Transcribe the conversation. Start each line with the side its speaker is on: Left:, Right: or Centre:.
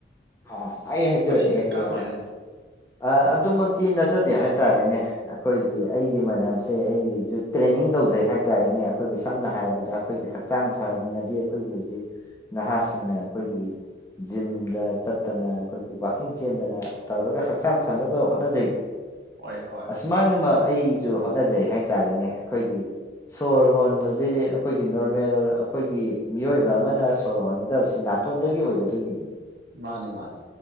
Left: ꯑ ꯑꯩ ꯍꯩꯖꯔꯦ
Right: ꯃꯁꯤ
Left: ꯍꯩꯖꯔꯀꯦ
Right: ꯀꯔꯝꯍꯥꯏꯅꯅꯣ
Left: ꯑ ꯑꯗꯨꯃꯛꯇꯤ ꯅꯠꯆꯗꯦ ꯍꯥꯏꯇꯥꯔꯦꯅꯦ ꯑꯩꯈꯣꯏꯒꯤ
Right: ꯎꯝ
Left: ꯑꯩ ꯑꯩꯒꯤ ꯃꯅꯝꯁꯦ ꯑꯩꯒꯤꯁꯨ ꯇ꯭ꯔꯦꯅꯤꯡ ꯇꯧꯖꯩ ꯍꯥꯏꯇꯥꯔꯦꯅꯦ ꯑꯩꯈꯣꯏꯒꯤ ꯁꯝꯅ ꯍꯥꯏꯔꯕꯗ ꯑꯩꯈꯣꯏꯒꯤ ꯍꯛꯆꯥꯡ ꯐꯍꯟꯅꯤꯡꯉꯗꯤ ꯑꯩꯈꯣꯏꯒꯤ ꯍꯧꯖꯤꯛ ꯅꯍꯥꯁꯤꯡꯅ ꯑꯩꯈꯣꯏꯒꯤ ꯖꯤꯝꯗ ꯆꯠꯇꯅ ꯑꯩꯈꯣꯏꯒꯤ ꯋꯥꯛꯀꯤꯡ ꯆꯦꯟꯗꯅ ꯇꯧꯔꯒ ꯍꯛꯆꯥꯡ ꯐꯅꯕ ꯍꯣꯠꯅꯖꯩꯗꯅ
Right: ꯍꯣꯏ ꯍꯣꯏ
Left: ꯑꯁꯨꯃꯥꯏꯅꯃꯛ ꯑꯩꯁꯨ ꯍꯣꯠꯅꯖꯩ ꯍꯥꯏꯇꯥꯔꯦꯅꯦ ꯑꯩꯈꯣꯏꯒꯤ ꯁꯣꯔ ꯍꯣꯟꯕꯁꯤꯗꯤ ꯑꯩꯈꯣꯏꯒꯤ ꯅꯣꯔꯃꯦꯜ ꯑꯩꯈꯣꯏꯒꯤ ꯃꯤꯑꯣꯏꯕ ꯑꯃꯅ ꯁꯣꯔ ꯍꯣꯟꯒꯗꯕꯁꯤ ꯅꯥ ꯏꯁꯇꯣꯟꯗꯒꯤ ꯑꯣꯏꯒꯗꯣꯏꯅꯤꯅꯦ
Right: ꯃꯥꯅꯤ ꯃꯥꯅꯤ